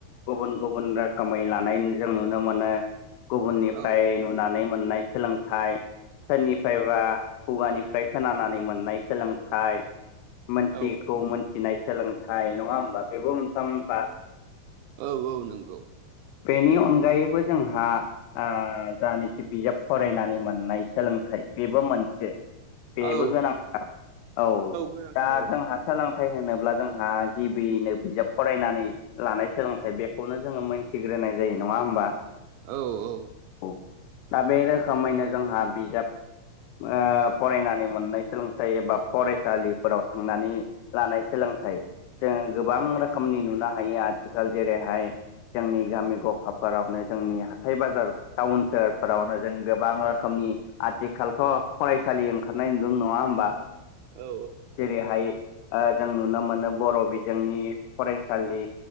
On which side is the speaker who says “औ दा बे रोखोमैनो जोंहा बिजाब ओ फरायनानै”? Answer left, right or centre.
Left